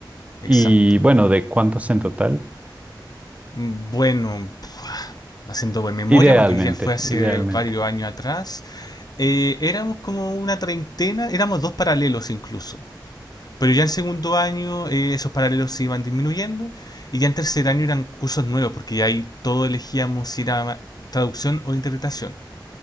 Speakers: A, on the left; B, on the right.
A: exacto.
B: Y bueno, ¿de cuántos en total?
A: Bueno, <tsk> haciendo buena memoria
B: Idealmente,
A: porque ya fue hace
B: idealmente.
A: varios años atrás. Eh, éramos como una treintena, éramos dos paralelos incluso. Pero ya en segundo año eh, esos paralelos se iban disminuyendo y ya en tercer año eran cursos nuevos porque ya ahí todo elegíamos si era traducción o interpretación.